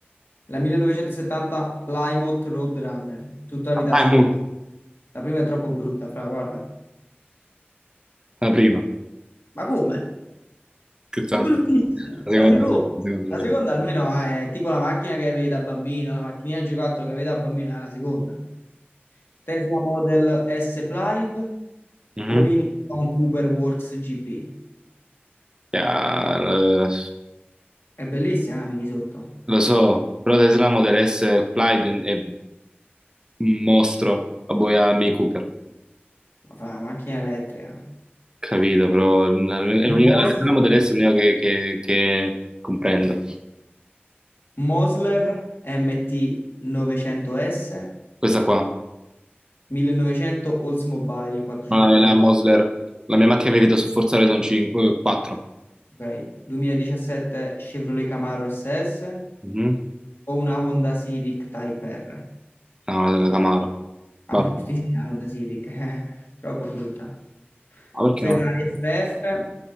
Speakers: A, on the left; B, on the right.
A: La 1970 Plymouth Roadrunner, tutta la vita
B: Ah,
A: la seconda.
B: è mu.
A: La prima è troppo brutta, fra, guarda.
B: La prima.
A: Ma come?
B: Scherzando.
A: È bruttissima.
B: La seconda,
A: La seconda,
B: la seconda,
A: la
B: la seconda.
A: seconda almeno è tipo la macchina che avevi da bambino, la macchinina G4 che avevi da bambino è la seconda. Tesla Model S Plaid
B: Mhm.
A: o Mini con Cooper Works GP.
B: Ja, eh,
A: È bellissima la mini sotto,
B: lo so, però Tesla Model S Plaid è un mostro, a voi a Mini Cooper,
A: ma fa la macchina elettrica.
B: capito, però è l'unica-
A: Mos-
B: la Tesla Model S è l'unica che, che- che comprendo.
A: Mosler MT 900S
B: Questa qua,
A: 1900 Oldsmobile 440,
B: No, la, la Mosler, la mia macchina preferita su Forza Horizon 5, 4.
A: ok. 2017 Chevrolet Camaro SS
B: Mhm.
A: o una Honda Civic Type R?
B: No, la della Camaro. Vabbè.
A: A me giustizia la Honda Civic, <laughs> eh, troppo brutta.
B: Ma perché
A: Ferrari
B: no?
A: FF